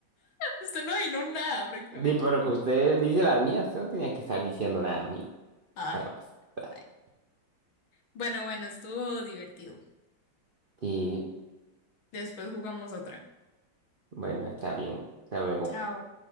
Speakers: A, on the left (about 70°); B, on the right (about 70°).
A: usted no adivinó nada prácticamente.
B: Sí, pero que usted dice las mías, no tenía que estar diciendo nada a mí
A: Ay,
B: para empezar.
A: está bien. Bueno, bueno, estuvo divertido.
B: Y
A: Después jugamos otra.
B: bueno, está bien. Hasta luego.
A: Chao.